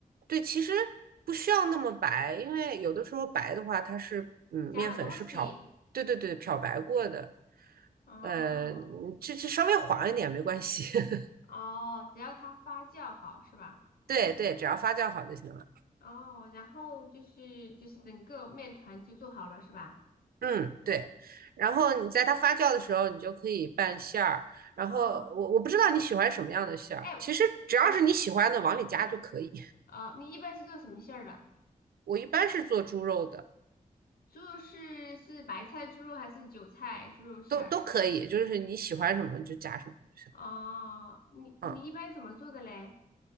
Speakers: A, on the right; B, on the left.
A: 对，其实不需要那么白，因为有的时候白的话，它是嗯，
B: 加了东西。
A: 面粉是漂，对对对，漂白过的，
B: 哦
A: 呃，嗯这这稍微黄一点没关系，<laughs>
B: 哦，只要它发酵好是吧？
A: 对对，只要发酵好就行了。
B: 哦，然后就是就是整个面团就做好了是吧？
A: 嗯，对。然后你在它发酵的时候，你就可以拌馅儿。然后我我不知道你喜欢什么样的馅儿，
B: 哦，哎，
A: 其实只要是你喜欢的往里加就可以。
B: 你哦，你一般是做什么馅儿的？
A: <laughs> 我一般是做猪肉的，
B: 猪肉是是白菜猪肉还是韭菜猪肉馅儿？
A: 都都可以，就是你喜欢什么就加什么就行。
B: 哦，你你一般怎么做的嘞？
A: 嗯。